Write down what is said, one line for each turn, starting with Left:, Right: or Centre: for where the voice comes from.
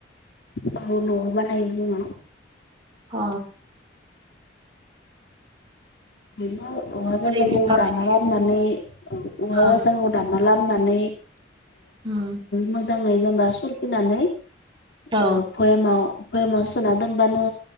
Left: औ न'आव बानायो जोङो।
Right: अ
Left: <unintelligible> औवा गाजाखौ
Right: ओरैनो माबायदि
Left: दाना लाबोनानै औवा
Right: अ
Left: गाजाखौ दानना लाबोनानै
Right: उम
Left: मोजाङै जेनेबा सुरखिनानै
Right: औ
Left: ओ बयामाव बयामाव सोना दोनबानो